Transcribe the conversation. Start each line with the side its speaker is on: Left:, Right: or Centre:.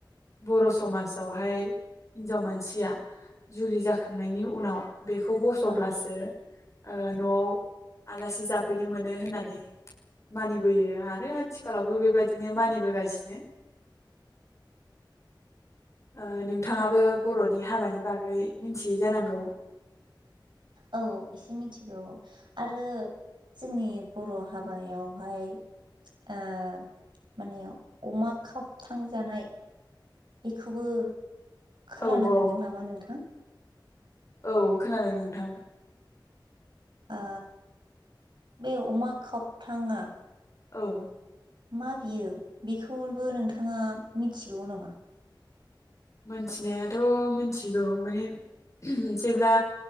Left: बर' समाजावहाय हिनजाव मानसिया जुलि जाखांनायनि उनाव बेखौ बस'ब्लासो
Right: औ
Left: ओ न'आव आलासि जाफैनो मोनो होननानै मानिबोयो आरो आथिखालावबो बेबायदिनो मानिबोगासिनो ओ नोंथाङाबो बर'नि हाबानि बा गै मिथियै जानांगौ
Right: औ एसे मिथि औ आरो जोंनि बर' हाबायावहाय ओ माने अमा खाबथांजानाय बेखौबो खोनानो
Left: औ औ
Right: मोनदों नामा नोंथां
Left: औ खोनादों नोंथां
Right: ओ बे अमा खबथाङा
Left: औ
Right: मा बियो बेखौबो नोंथाङा मिथिगौ नामा
Left: मोनथिनायाथ' मोनथिगौ माने जेब्ला